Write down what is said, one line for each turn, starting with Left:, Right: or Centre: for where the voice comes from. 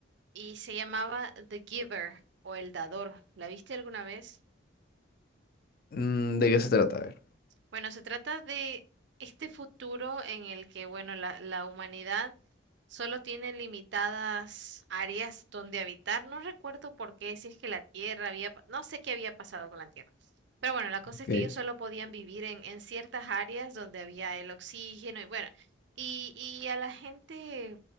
Right: y se llamaba The Giver o El Dador. ¿La viste alguna vez?
Left: Mm, ¿de qué se trata? A ver.
Right: Bueno, se trata de este futuro en el que, bueno, la, la humanidad solo tiene limitadas áreas donde habitar. No recuerdo por qué, si es que la Tierra había, pa- no sé qué había pasado con la Tierra. Pero bueno, la cosa es
Left: ok.
Right: que ellos solo podían vivir en, en ciertas áreas donde había el oxígeno y bueno, y, y a la gente,